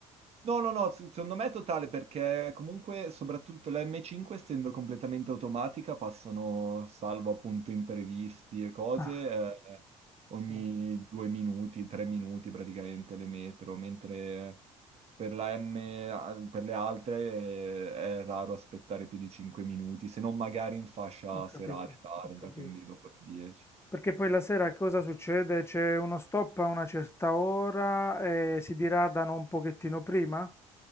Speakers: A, on the right (about 40°); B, on the left (about 15°).
A: No, no, no, se- secondo me è totale perché comunque soprattutto la M5 essendo completamente automatica passano, salvo appunto imprevisti e cose,
B: Ah,
A: eh, ogni
B: sì,
A: due minuti, tre minuti praticamente le metro, mentre per la M, eh, per le altre eh, è raro aspettare più di cinque minuti, se non magari in fascia
B: ho
A: serale
B: capito,
A: tarda,
B: ho capito.
A: quindi dopo le 10.
B: Perché poi la sera cosa succede? C'è uno stop a una certa ora e si diradano un pochettino prima?